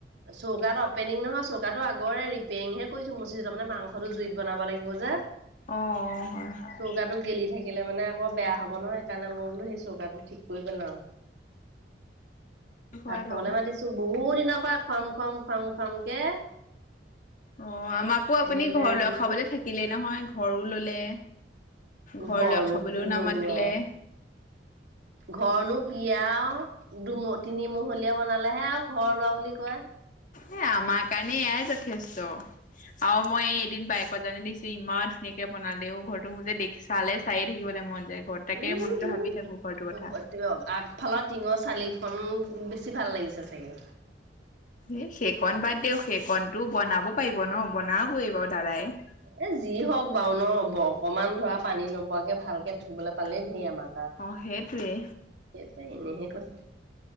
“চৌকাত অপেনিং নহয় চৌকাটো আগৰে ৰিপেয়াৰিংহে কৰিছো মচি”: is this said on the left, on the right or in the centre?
Right